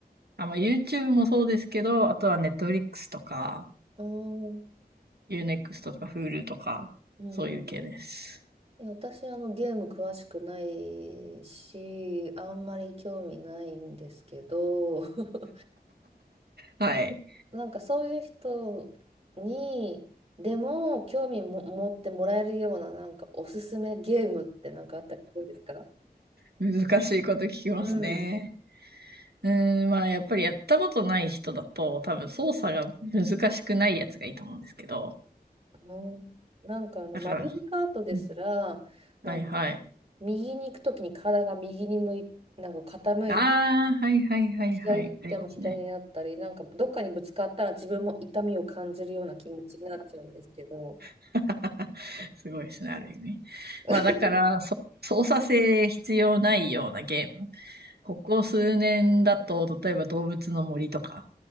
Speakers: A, on the right; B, on the right.
A: あ、まあ YouTube もそうですけど、あとは Netflix とか、
B: うーん
A: Unext とか Hulu とか、
B: うん。
A: そういう系です。
B: え、私、あの、ゲーム詳しくないし、あんまり興味ないんですけど、<laughs>
A: はい。
B: なんかそういう人に、でも興味も持ってもらえるような、なんかおすすめゲームってなんかあったりするんですか
A: 難しいこと聞きますね。
B: うん。
A: うーん、まあやっぱりやったことない人だと、多分操作が難しくないやつがいいと思うんですけど。
B: うんなんかあの、
A: だから、
B: マリオカートですら、
A: うん、はいはい。
B: なんか右に行くときに体が右に向い、なんか傾いて、
A: ああ、はいはいはいはい。
B: 左に行っても左になったり、
A: ありますね。
B: なんかどっかにぶつかったら自分も痛みを感じるような気持ちになっちゃうんですけど。
A: <laughs> すごいですね、ある意味。
B: <laughs>
A: まあだから、そ操作性必要ないようなゲーム。ここ数年だと、例えば動物の森とか、